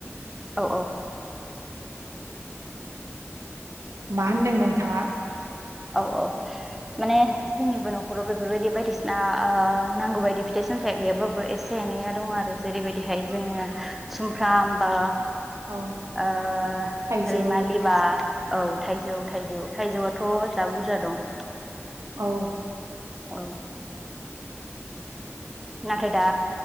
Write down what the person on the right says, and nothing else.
मा होनदों नोंथाङा?
औ
थाइजौ
औ